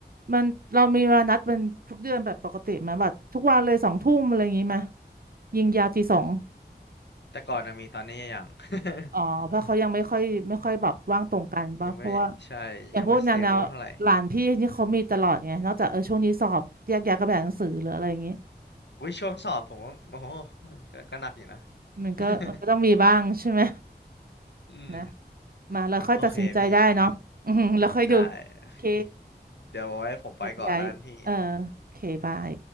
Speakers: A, on the right (about 60°); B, on the left (about 85°).
A: มันเรามีเวลานัดเป็นทุกเดือนแบบปกติไหมแบบทุกวันเลยสองทุ่มอะไรอย่างงี้ไหมยิงยาวตีสอง
B: แต่ก่อนนะมีตอนนี้ยัง <laughs>
A: อ๋อเพราะเขายังไม่ค่อยไม่ค่อยแบบว่างตรงกันปะเพราะว่า
B: ยังไม่ใช่ยังไม่สเตเบิลเท่าไหร่
A: อย่างพวกแนวแนวหลานพี่นี่เขามีตลอดไง นอกจากเออช่วงนี้สอบแยกย้ายกันไปอ่านหนังสือหรืออะไรอย่างงี้
B: อุ้ยช่วงสอบผมก็โอ้โหก็ก็หนักอยู่นะ
A: มันก็มันก็ต้องมีบ้างใช่ไหม
B: <laughs> อืม
A: นะมาเราค่อยตัดสินใจได้เนาะอือหือแล้วค่อยดู
B: โอเคพี่ได้โอเค
A: โอเค
B: เดี๋ยวไว้ผมไปก่อนแล้วกันพี่
A: ยักย้ายเออโอเคบาย